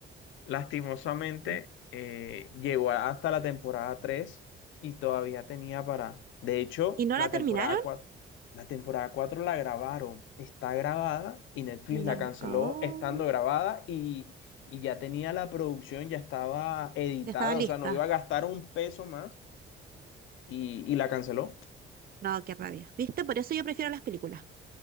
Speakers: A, on the left; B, on the right.
A: Lastimosamente,
B: No.
A: eh, llegó hasta la temporada 3 y todavía tenía para... De hecho,
B: ¿Y no
A: la
B: la terminaron?
A: temporada 4, la temporada 4 la grabaron, está grabada y Netflix
B: Y no
A: la
B: la-
A: canceló
B: Oh,
A: estando grabada y, y ya tenía la producción, ya estaba editada,
B: ya estaba lista.
A: o sea, no iba a gastar un peso más y, y la canceló.
B: No, qué rabia. ¿Viste? Por eso yo prefiero las películas.